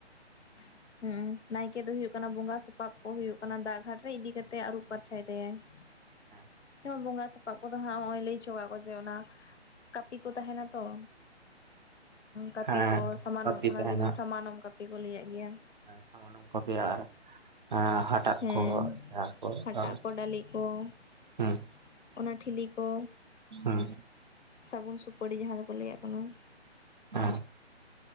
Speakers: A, on the left (about 80°); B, on the right (about 45°).
A: <unintelligible> ᱦᱩᱸ ᱱᱟᱭᱠᱮ ᱫᱚ ᱦᱩᱭᱩᱜ ᱠᱟᱱᱟ ᱵᱚᱸᱜᱟ ᱥᱚᱯᱟᱵ ᱠᱚ ᱦᱩᱭᱩᱜ ᱠᱟᱱᱟ ᱫᱟᱜ ᱜᱷᱟᱴ ᱨᱮ ᱤᱫᱤ ᱠᱟᱛᱮᱜ ᱟᱹᱨᱩᱵ ᱯᱟᱨᱪᱟᱭ ᱛᱟᱭᱟᱭ ᱾
B: <inaudible>
A: <unintelligible> ᱵᱚᱸᱜᱟ ᱥᱟᱯᱟᱵ ᱠᱚᱫᱚ ᱦᱟᱸᱜ ᱱᱚᱜᱼᱚᱸᱭ ᱞᱟᱹᱭ ᱦᱚᱪᱚ ᱠᱟᱜ ᱠᱚ ᱡᱮ ᱚᱱᱟ <unintelligible> ᱠᱚ ᱛᱟᱦᱮᱱᱟ ᱛᱚ, ᱠᱟᱹᱯᱤ
B: ᱦᱮᱸ
A: ᱠᱚ ᱥᱟᱢᱟᱱᱚᱜ
B: ᱠᱟᱹᱯᱤ
A: ᱚᱱᱟ
B: ᱛᱟᱦᱮᱱᱟ
A: ᱡᱮᱢᱚᱱ ᱥᱟᱢᱟᱱᱚᱢ <unintelligible> ᱠᱚ ᱞᱟᱹᱭᱟᱜ ᱜᱮᱭᱟ
B: ᱥᱟᱢᱟᱱᱚᱢ ᱠᱚᱜᱮ ᱟᱨ ᱦᱟᱴᱟᱜ
A: ᱦᱮᱸ
B: ᱠᱚ <unintelligible>
A: ᱦᱟᱴᱟᱜ <inaudible>
B: ᱦᱩᱸ
A: ᱚᱱᱟ ᱴᱷᱤᱞᱤ ᱠᱚ,
B: ᱦᱩᱸ
A: ᱥᱟᱹᱜᱩᱱ ᱥᱩᱯᱟᱹᱲᱤ ᱡᱟᱦᱟᱸ ᱫᱚᱠᱚ ᱞᱟᱹᱭᱟᱜ ᱠᱟᱱᱟ ᱾
B: <unintelligible>